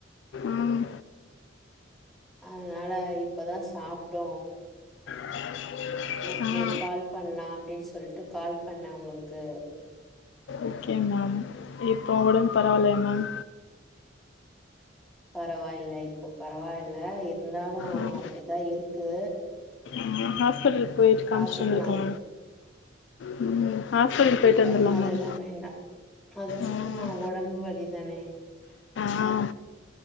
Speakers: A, on the left; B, in the centre.
A: ம்
B: அதனால தை இப்பதா சாப்டோ
A: <unintelligible>
B: ஓக்கே
A: ஆ
B: கால் பண்லா அப்டிஸ் சொல்ட்டு கால் பண்ண உங்ளுக்கு
A: ஓகே மேம் இப்போ ஒடம்பு பரவால்யாங் மேம்
B: பரவாயில்லை இப்ப பரவாயில்ல இருந்தாலும்
A: ம்
B: அப்டிதா இருக்கு
A: ம் ஹாஸ்பிட்டலுக்கு போயிட்டு காமிச்சிட்டு
B: பாத்துக்லா
A: வந்துருக்கே ம் ஹாஸ்பிட்டல் போயிட்டு
B: இல்ல
A: வந்துடலா
B: அதெல்லா
A: மேம்
B: வேண்டா அது சும்மா
A: ம்
B: ஒடம்பு வலி சென்னை
A: ஆம்